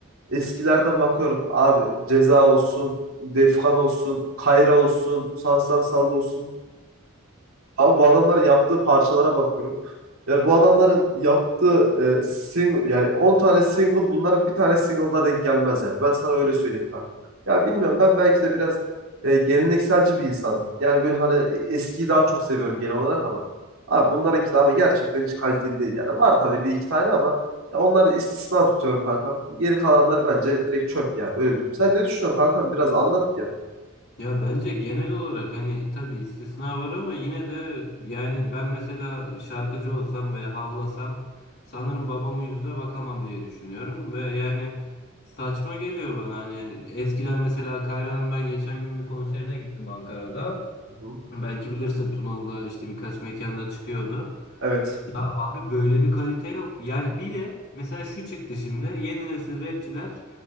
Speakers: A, on the right (about 85°); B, on the left (about 50°).
A: eskilerden bakıyorum abi Ceza olsun, Defkan olsun, Kayra olsun, Sansar Sallı olsun. Abi bu adamların yaptığı parçalara bakıyorum. Yani bu adamların yaptığı e, single yani 10 tane single bunların bir tane single'la denk gelmez yani. Ben sana öyle söyleyeyim kanka. Ya bilmiyorum ben belki de biraz e, gelenekselci bir insanım. Yani böyle hani eskiyi daha çok seviyorum genel olarak ama abi bunların kitabı gerçekten hiç kaliteli değil yani. Var tabii bir iki tane ama ya onları istisna tutuyorum kankam. Geri kalanlar bence direkt çöp yani öyle düşünüyorum. Sen ne düşünüyorsun kankam? Biraz anlat ya.
B: Ya bence genel olarak hani tabii istisna var ama yine de yani ben mesela şarkıcı olsam ve havlasam sanırım babamın yüzüne bakamam diye düşünüyorum ve yani saçma geliyor bana hani eskiden mesela Kayra'nın ben geçen gün bir konserine gittim Ankara'da.
A: Hı hı.
B: Belki bilirsin Tunalı'da işte birkaç mekanda çıkıyordu.
A: Evet.
B: Abi böyle bir kalite yok. Yani bir de mesela şu çıktı şimdi. Yeni nesil rapçiler